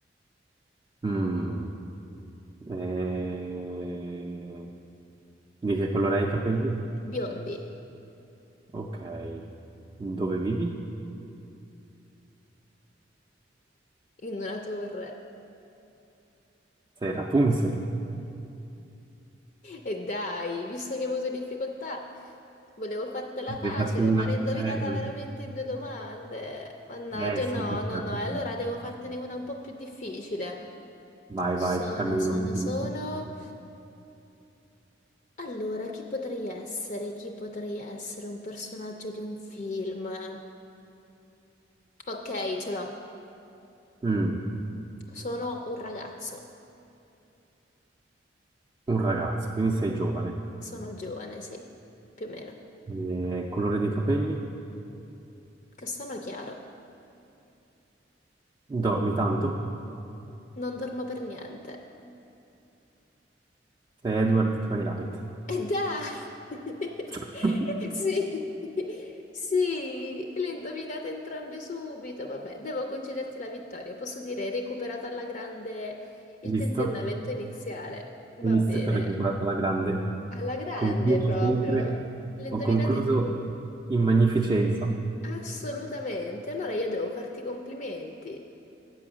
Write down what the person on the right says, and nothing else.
Mm, eh, Di che colore hai i capelli?
Ok. Dove vivi?
Sei Rapunzel.
Hai fatto una...
Eh,
eh sì,
questa
è
Rapunzel.
Vai,
vai, fanne uno
un po' più
difficile.
Mm,
un ragazzo, quindi sei giovane.
Eh, colore dei capelli?
Dormi tanto?
Sei Edward di Twilight.
<laughs>
Visto?
Hai visto
che ho recuperato la grande?
Concludo
sempre...
Ho concluso in magnificenza.